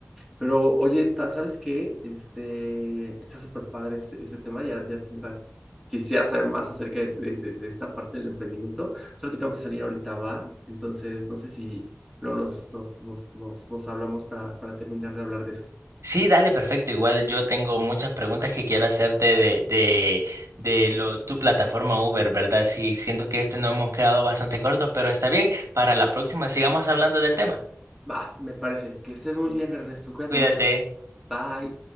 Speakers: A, in the centre; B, on the right.
A: Pero oye, ¿sabes qué? Este, está súper padre este, este, tema, ya, ya tendrás, quisiera saber más acerca de, de de esta parte del emprendimiento, solo que tengo que salir ahorita, va, entonces no sé si luego nos, nos, nos, nos, nos hablamos para, para terminar de hablar de esto.
B: Sí, dale, perfecto. Igual yo tengo muchas preguntas que quiero hacerte de, de, de lo, tu plataforma Uber, ¿verdad? Sí, siento que este no hemos quedado bastante corto, pero está bien. Para la próxima sigamos hablando del tema.
A: Va, me parece. Que estés muy bien, Ernesto. Cuídate
B: Cuídate.
A: mucho. Bye.